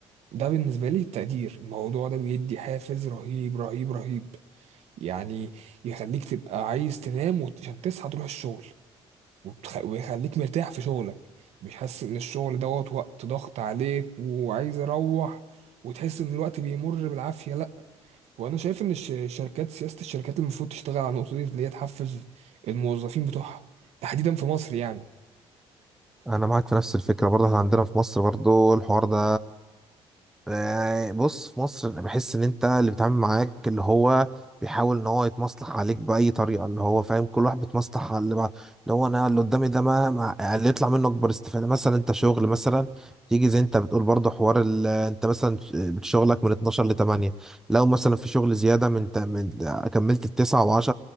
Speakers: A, on the right; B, in the centre.
A: ده بالنسبه لي التقدير الموضوع ده بيدي حافز رهيب رهيب رهيب يعني يخليك تبقى عايز تنام وعشان تصحى تروح الشغل وبتخ... ويخليك مرتاح في شغلك مش حاسس ان الشغل دوت وقت ضغط عليك وعايز اروح وتحس ان الوقت بيمر بالعافية لا وانا شايف ان الش- الشركات سياسة الشركات المفروض تشتغل على النقطة دي اللي هي تحفز الموظفين بتوعها تحديدا في مصر يعني
B: أنا معاك في نفس الفكرة برضه إحنا عندنا في مصر برضه الحوار ده يعني بص في مصر انا بحس ان انت اللي بيتعامل معاك اللي هو بيحاول ان هو يتمصلح عليك باي طريقه اللي هو فاهم كل واحد بيتمصلح على اللي بعد اللي هو انا اللي قدامي ده ما ما- يعني اللي يطلع منه اكبر استفاده مثلا انت شغل مثلا تيجي زي انت بتقول برضه حوار ال... آه، انت مثلا شغلك من 12 ل 8 لو مثلا في شغل زياده من, ت... من كملت التسعة و10